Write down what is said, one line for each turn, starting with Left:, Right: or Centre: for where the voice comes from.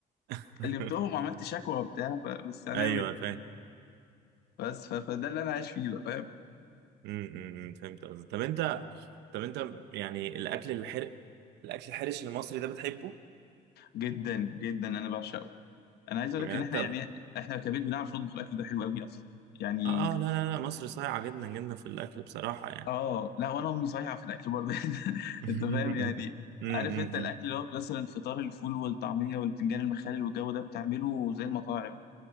Right: <laughs>
Left: كلمتهم وعملت شكوى وبتاع ب- بس هنعمل
Right: ايوه
Left: إيه؟
Right: أنا فاهم
Left: بس ف... فده اللي أنا عايش فيه بقى فاهم؟
Right: امم أمم، إمم، فهمت قصدك طب انت طب انت يعني الاكل الحر الاكل الحرش المصري ده بتحبه
Left: جدا جدا أنا بعشقه أنا عايز
Right: بجد
Left: أقول لك إن إحنا
Right: انت
Left: يعني إحنا كبيت بنعرف نطبخ الأكل ده حلو قوي أصلا يعني
Right: اه اه لا لا لا مصر صايعه جدا جدا في الاكل بصراحه يعني
Left: اه لا وانا امي صايعه في الاكل برضه <laughs>
Right: <laughs>
Left: انت فاهم يعني
Right: امم أمم،
Left: عارف
Right: أمم،
Left: انت الاكل اللي هو مثلا فطار الفول والطعميه والبتنجان المخلل والجو ده بتعمله زي المطاعم